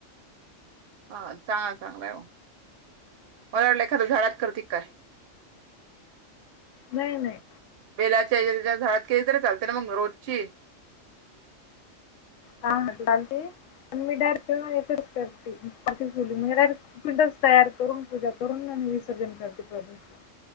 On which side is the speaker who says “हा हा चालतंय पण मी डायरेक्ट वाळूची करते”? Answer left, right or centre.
Left